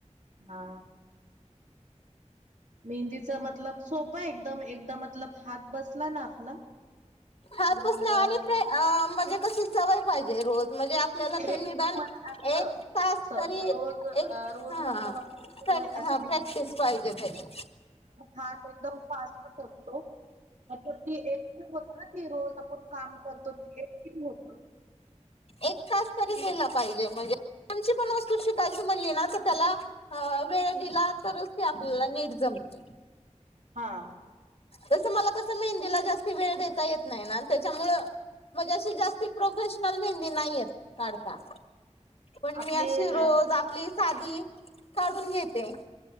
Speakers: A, on the right; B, on the left.
A: हा मेहंदीचा मतलब सोप ये एकदम एकदम मतलब हात बसला ना आपला कि
B: हात बसणे
A: मग
B: आणि ते अ म्हणजे कशी सवय पाहिजे रोज म्हणजे आप आपल्याला
A: प्रेमात
B: ते निदान
A: असलं
B: एक तास
A: असं
B: तरी
A: रोज
B: एक
A: अ, रोज
B: हा
A: मतलब आपल्याला
B: प्रॅ
A: सवय असली
B: हा प्रॅक्टिस पाहिजे त्याची
A: हा तो एकदम फास्टच होतो. ती एकटी ना ती रोज काम करतो एकटी होत
B: एक तास तरी घ्यायला पाहिजे म्हणजे कोणची पण वस्तू शिकायची म्हणली ना तर त्याला अ वेळ दिला तरच ती आपल्याला नीट जमते.
A: हा
B: तसं मला कसं मेहंदीला जास्त वेळ देता येत नाही ना त्याच्यामुळं म्हणजे अशी जास्ती प्रोफेशनल मेहंदी नाही येत काढता. पण
A: आपले
B: मी अशी रोज
A: अ
B: आपली साधी काढून घेते.